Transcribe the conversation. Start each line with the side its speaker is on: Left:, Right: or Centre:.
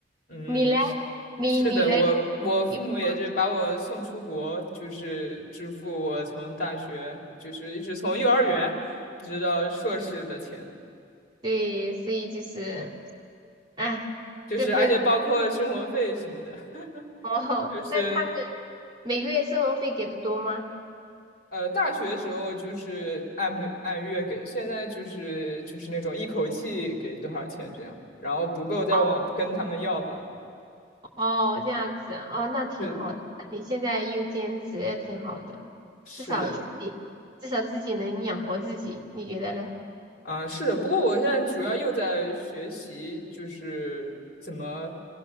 Left: 嗯，
Right: 你嘞？
Left: 是
Right: 你你嘞？
Left: 是的，我我父母也是把我送出国，
Right: 有没有
Left: 就是支付我从大学，就是一直从幼儿园一直到硕士的钱，
Right: 对，所以就是哎，
Left: 就是而且包括生活费什么的，
Right: 这份
Left: <laughs>
Right: 哦，<laughs>
Left: 就是
Right: 那他们每个月生活费给的多吗？
Left: 呃，大学时候就是按每按月给，现在就是就是那种一口气给多少钱这样，然后不够再往跟他们要吧。
Right: 哦。哦，这样子哦，那挺好的。
Left: 是的，
Right: 那你现在又兼职也挺好的，
Left: 是的，
Right: 至少自己至少自己能养活自己，你觉得嘞？
Left: 嗯、是的。不过我现在主要又在学习，就是怎么，